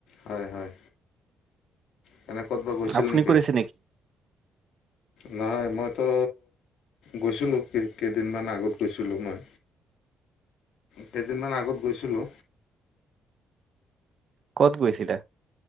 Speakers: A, on the left; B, on the right.
A: হয় হয় কেনে কত বা গৈছিল
B: আপুনি
A: নেকি
B: কৰিছে
A: নহয় মইতো গৈছিলোঁ কেই কেইদিনমান আগত গৈছ ছিলো মই কেইদিনমান আগত গৈছিলো
B: কত গৈছিলা